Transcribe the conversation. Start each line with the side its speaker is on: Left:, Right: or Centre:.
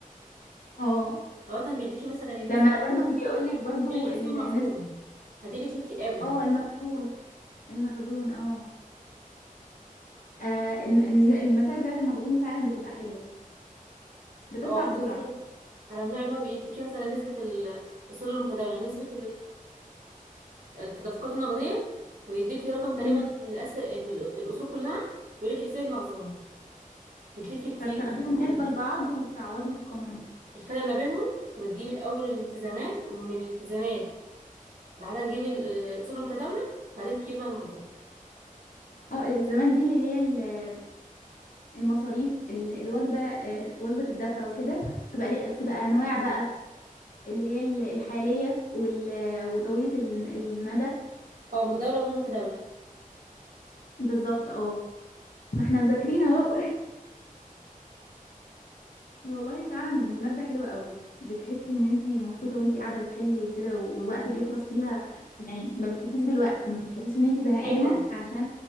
Left: اه
Right: اوقات بيديكي مثلا النسب
Left: لما برضو بيقولك برضو
Right: بيقول لك احسبي
Left: النسبة
Right: المخزون فدي بتلف في قوي
Left: اه المخزون المخزون اه آه، الم- الم- المسائل بتاعة المخزون فعلا بتبقى حلوة بتطلع
Right: اه
Left: بسرعة
Right: انا بصي على النوع اللي هو بيديكي مثلا نسبه الاصول المتداوله نسبه التدفقات النقدية ويديكي رقم تقريبا
Left: مم.
Right: الأس... ال- الأصول كلها ويقولك احسبي المخزون بتلفي كتير
Left: فبتاخديهم
Right: بس بتبقى
Left: نسبة
Right: حلو
Left: لبعض وبتعوضي في القانون
Right: الفرق ما بينهم وتجيبي الأول الالتزامات ومن الالتزامات بعدها تجيبي ال- الأصول المتداولة بعدين تجيبي بقى المخزون
Left: اه الالتزامات دي اللي هي ال- المصاريف ال- الوجبة آه، وجبة الدفع وكده بتبقى ليه- بتبقى أنواع بقى اللي هي ال- الحالية وال- وطويلة الم- المدى
Right: أو متداولة وغير متداولة
Left: بالظبط اه ما احنا مذاكرين اهو والله فعلا مادة حلوة قوي بتحسي ان انتي مبسوطة وانتي قاعدة بتحلي وكده والوقت بيخلص فيها يعني ما بتحسيش بالوقت ما بتحسيش ان انتي زهقانة
Right: أيوه
Left: عشان